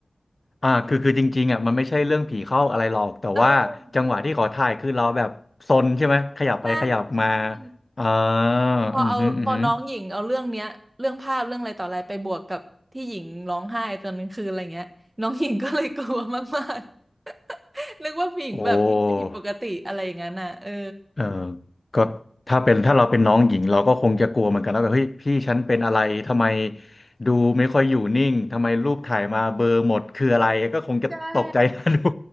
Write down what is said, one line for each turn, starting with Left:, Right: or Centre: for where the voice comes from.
Left: อ่าคือคือจริงๆอ่ะมันไม่ใช่เรื่องผีเข้าอะไรหรอกแต่ว่าจังหวะที่ขอถ่ายคือเราแบบซนใช่ไหมขยับไปขยับมา
Right: เออใช่ใช่
Left: อ่า
Right: พอเอาพอน้องหญิงเอาเรื่องเนี้ยเรื่องภาพเรื่องอะไรต่ออะไรไปบวกกับที่หญิงร้องไห้ตอนกลางคืนอะไรเงี้ยน้องหญิงก็เลยกลัวมาก
Left: อือหืออือหือ
Right: ๆ <laughs> นึกว่าหญิงแบบมีอะไรผิดปกติอะไรอย่างนั้นน่ะเออ
Left: โอ้เออก็ถ้าเป็นถ้าเราเป็นน้องหญิงเราก็คงจะกลัวเหมือนกันแล้วแบบเฮ้ยพี่ฉันเป็นอะไรทำไมดูไม่ค่อยอยู่นิ่งทำไมรูปถ่ายมาเบลอหมดคืออะไรก็คงจะตกใจ
Right: ใช่
Left: <laughs> นะดู